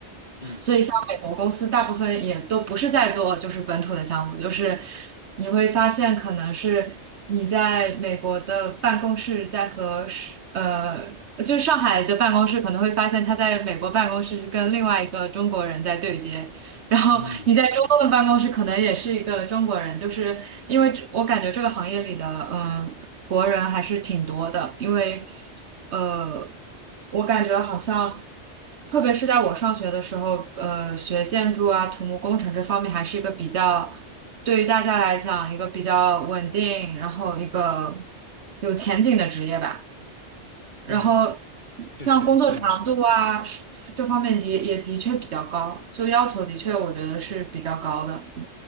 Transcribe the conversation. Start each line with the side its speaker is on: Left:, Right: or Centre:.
Left: 嗯
Right: 所以像美国公司大部分也都不是在做就是本土的项目，就是你会发现可能是你在美国的办公室在和是呃，就是上海的办公室可能会发现他在美国办公室是跟另外一个中国人在对接。然后你在中东的办公室可能也是一个中国人，
Left: 嗯
Right: 就是因为这我感觉这个行业里的，嗯、国人还是挺多的，因为呃，我感觉好像，特别是在我上学的时候，呃，学建筑啊、土木工程这方面还是一个比较，对于大家来讲一个比较稳定，然后一个有前景的职业吧。然后
Left: 嗯，
Right: 像工作强度啊是这方面的也的确比较高，
Left: 确实，嗯
Right: 就要求的确我觉得是比较高的。